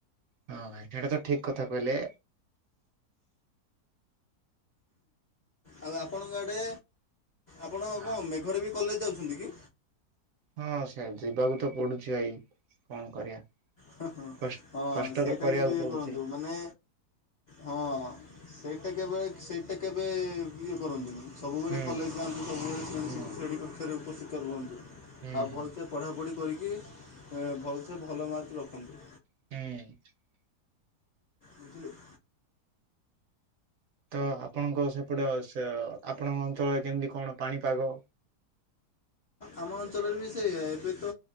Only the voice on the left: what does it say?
ଆଉ ଆପଣଙ୍କ ଆଡେ, ଆପଣ କଣ
ମେଘରେ ବି କଲେଜ ଯାଉଛନ୍ତି କି?
ହଁ
ସେଇଟା
କିନ୍ତୁ ଇଏ
କରନ୍ତୁ, ମାନେ ହଁ ସେଇଟା କେବେ, ସେଇଟା କେବେ, ଇଏ କରନ୍ତିନି। ସବୁବେଳେ
କଲେଜ
ଯାଆନ୍ତୁ, ସବୁବେଳେ ଶ୍ରେଣୀ
ଶ୍ରେଣୀ କକ୍ଷରେ ଉପସ୍ଥିତ ରୁହନ୍ତୁ।
ଆଉ ଭଲସେ
ପଢ଼ାପଢ଼ି କରିକି, ଭଲସେ ଭଲ ମାର୍କ ରଖନ୍ତୁ।
ବୁଝିଲେ?
ଆମ ଅଞ୍ଚଳରେ ବି ସେଇଆ, ଏବେ ତ